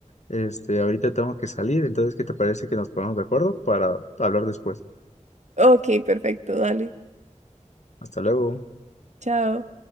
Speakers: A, on the left; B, on the right.
A: este, ahorita tengo que salir. Entonces, ¿qué te parece que nos pongamos de acuerdo para hablar después?
B: Ok, perfecto, dale.
A: Hasta luego.
B: Chao.